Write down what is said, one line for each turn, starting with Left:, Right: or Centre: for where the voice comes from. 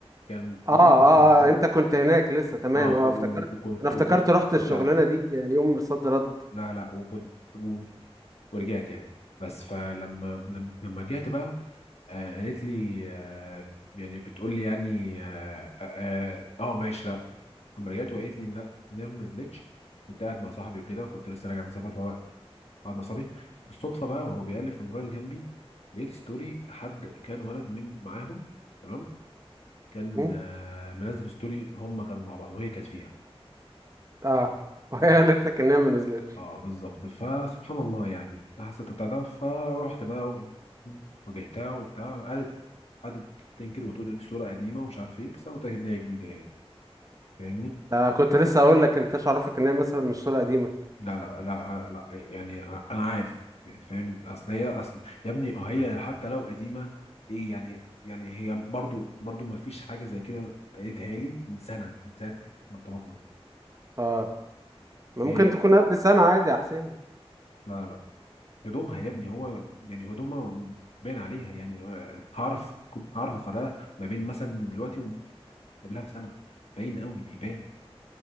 Left: كان
Right: اه
Left: وانا
Right: اه
Left: كنت هناك
Right: اه انت كنت هناك لسه تمام
Left: اه
Right: اه
Left: وكنت
Right: افتكرت انا افتكرت
Left: وكنت
Right: رحت الشغلانه
Left: لا
Right: دي يوم صد رد
Left: لا لا وكنت و- ورجعت يعني بس فلما لما لما رجعت بقى آه قالت لي آه يعني بتقول لي يعني اه, آه, آه آه، ماشي لا لما رجعت وقالت لي لا إن هي ما نزلتش كنت قاعد مع صاحبي وكده وكنت لسه راجع من سفر فهو قاعد مع صاحبي بالصدفه بقى وهو بيقلب في الموبايل جنبي لقيت ستوري حد كان ولد من معاهم تمام كان
Right: م?
Left: آه منزل ستوري هم كانوا مع بعض وهي كانت فيها
Right: اه <laughs> وهي قالت لك ان هي ما نزلتش
Left: اه بالظبط فسبحان الله يعني أنا حسيت بتاع ده فروحت بقى واجهتها وبتاع قعدت قعدت تنكر وتقول دي صورة قديمة ومش عارف ايه بس انا متأكد ان هي جديدة يعني فاهمني
Right: آه كنت لسه اقول لك انتش عارفك ان هي مثلا مش صوره قديمه
Left: لا لا لا لا, لا يعني انا عارف فاهم اصل هي اصل يا ابني هي حتى لو قديمة ايه يعني يعني هي برضو برضو ما فيش حاجة زي كده بقيتها لي من سنة من ساعة ما ارتبطنا
Right: اه ما
Left: هي
Right: ممكن تكون قبل سنه عادي يا حسين
Left: لا لا هدومها يا ابني هو يعني هدومها باين عليها يعني آه، هعرف كنت هعرف افرقها ما بين مثلا من دلوقتي ومن قبلها بسنه باين قوي بيبان